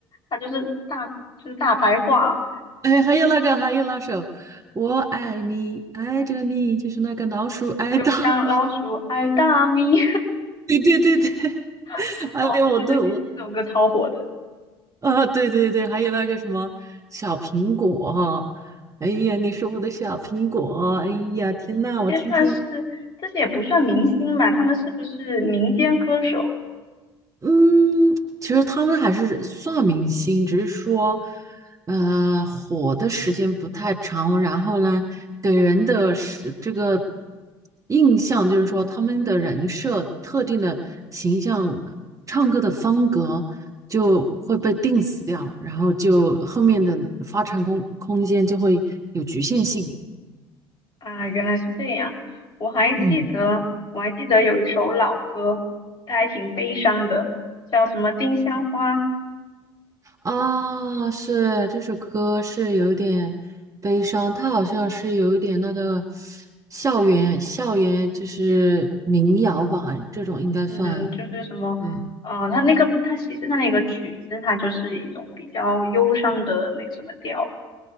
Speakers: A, on the left (about 35°); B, on the right (about 25°).
A: 它就是大就是大白话，
B: <laughs> 哎，还有那个，还有那首《我爱你，爱着你》，就是那个老鼠爱大米。
A: 就像老鼠爱大米，
B: <laughs> 对对对对，<laughs>
A: <laughs>
B: 哎呦，
A: 哦，
B: 我都我
A: 对对对，这首歌超火的，
B: <laughs> 啊，对对对，还有那个什么小苹果，哎呀，你是我的小苹果，哎呀，天呐，
A: 这些算是
B: 我听听，
A: 这些也不算明星嘛，他们是不是民间歌手？
B: 嗯，其实他们还是算明星，只是说，呃，火的时间不太长，然后呢，给人的是这个印象就是说，他们的人设、特定的形象、唱歌的风格就会被定死掉，然后就后面的发展空空间就会有局限性。
A: 啊，原来是这样。我还记得，
B: 嗯。
A: 我还记得有一首老歌，它还挺悲伤的，叫什么《丁香花》。
B: 啊，是这首歌是有一点悲伤，它好像是有一点那个校园校园就是民谣吧，这种应该算。
A: 嗯，就是什么，
B: 对，
A: 呃，它那个，它其实它那个曲子，它就是一种比较忧伤的那个什么调。